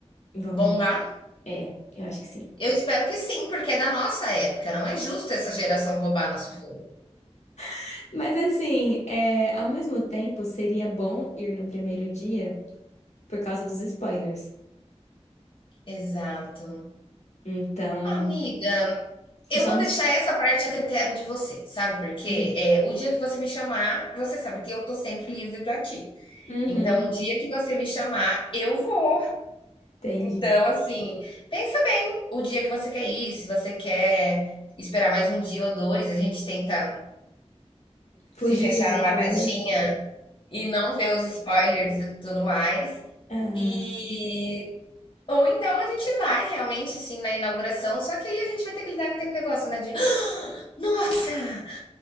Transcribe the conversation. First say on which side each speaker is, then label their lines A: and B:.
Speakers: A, on the left; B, on the left.
A: vão.
B: Bombar?
A: É, eu acho que sim.
B: Eu espero que sim, porque é da nossa época. Não é justo essa geração roubar nosso filme.
A: <laughs> Mas assim, é, ao mesmo tempo, seria bom ir no primeiro dia por causa dos spoilers.
B: Exato.
A: Então,
B: Amiga, Eu
A: eu só
B: vou
A: não.
B: deixar essa parte a critério de você, sabe? Porque
A: Uhum,
B: é, o dia que você me chamar, você sabe que eu tô sempre livre pra ti.
A: Uhum,
B: Então, o dia que você me chamar, eu vou.
A: entendi.
B: Então, assim, pensa bem o dia que você quer ir, se você quer esperar mais um dia ou dois, a gente tenta
A: Fugir
B: se fechar
A: dos
B: numa
A: spoilers.
B: caixinha e não ver os spoilers e tudo mais.
A: Aham.
B: E ou então a gente vai realmente assim na inauguração, só que aí a gente vai ter que lidar com aquele negócio, né, de "Ah, nossa,